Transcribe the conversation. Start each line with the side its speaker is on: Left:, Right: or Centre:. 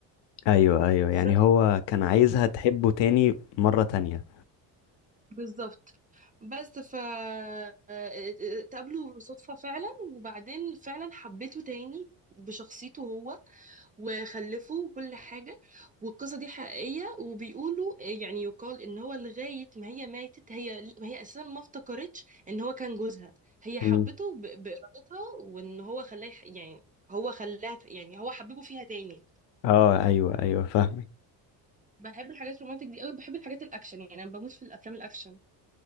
Left: ايوه ايوه
Right: بس
Left: يعني
Right: ف-
Left: هو كان عايزها تحبه تاني مرة تانية
Right: بالظبط بس ف اتقابلوا صدفة فعلا وبعدين فعلا حبيته تاني بشخصيته هو وخلفوا وكل حاجة والقصة دي حقيقية وبيقولوا آه، يعني يقال ان هو لغاية ما هي ماتت هي ما هي اساسا ما افتكرتش ان هو كان جوزها هي
Left: مم.
Right: حبته ب- بإرادتها وان هو خلاه يح- يعني هو خلاها يعني هو حببه فيها تاني
Left: اه ايوه ايوه فاهمك
Right: بحب الحاجات الرومانتك دي قوي بحب الحاجات الاكشن يعني انا بموت في الافلام الاكشن